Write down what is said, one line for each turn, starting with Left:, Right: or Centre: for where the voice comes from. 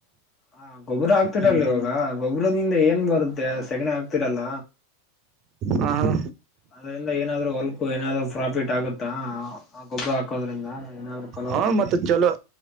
Left: ಹಾ ಗೊಬ್ಬರ ಆಗ್ತಿರಲ್ಲ
Right: ಹ್ಮ್
Left: ಇವಾಗ ಗೊಬ್ಬರದಿಂದ ಏನ್ ಬರುತ್ತೆ ಸೆಗಣಿ ಆಕ್ತಿರಲ್ಲ
Right: ಹ ಹಾ
Left: ಅದ್ರಿಂದ ಏನಾದ್ರು ಹೊಲ್ಕು ಏನಾದ್ರು ಪ್ರಾಫಿಟ್ ಆಗುತ್ತಾ... ಗೊಬ್ಬರ ಹಾಕೋದ್ರಿಂದ ಏನಾದ್ರು ಫಲವತ್ತತೆ
Right: ಹಾ ಮತ್ತೆ ಚಲೋ